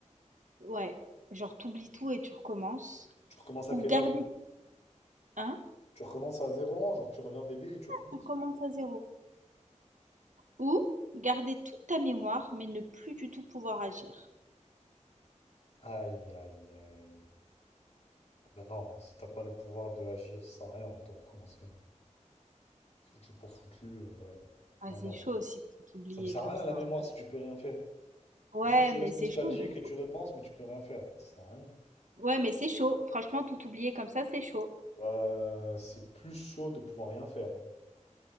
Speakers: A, on the right; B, on the left.
A: ouais, genre t'oublies tout et tu recommences.
B: Tu recommences à
A: Ou
B: quel
A: garder
B: âge?
A: hein,
B: Tu recommences à zéro ans, genre tu reviens bébé et tu recommences?
A: tu recommences à zéro. Ou garder toute ta mémoire mais ne plus du tout pouvoir agir.
B: Aïe, aïe, aïe. Bah non, si t'as pas le pouvoir de agir, ça sert à rien, autant recommencer. hein. Foutu pour foutu, euh, ouais.
A: Ah
B: Non,
A: c'est
B: non.
A: chaud aussi de tout oublier
B: Ça me sert
A: comme
B: à rien
A: ça.
B: la
A: hein,
B: mémoire
A: comme-
B: si tu peux rien faire.
A: Ouais
B: Juste, tu
A: mais
B: restes
A: c'est
B: nostalgique
A: chaud de.
B: et tu repenses, mais tu peux rien faire. Mais ça sert à rien.
A: Ouais mais c'est chaud. Franchement tout oublier comme ça c'est chaud.
B: Bah, c'est plus chaud de pouvoir rien faire hein,